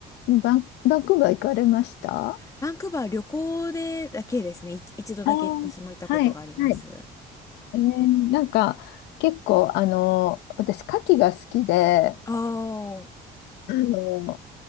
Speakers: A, on the left; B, on the left.
A: もうバン、バンクーバー行かれました
B: バンクーバー旅行でだけですね。い一度だけ私も行ったことがあります。
A: あーはい、はい。えーなんか、結構、あの、私、牡蠣が好きで、
B: ああ、うん
A: あの、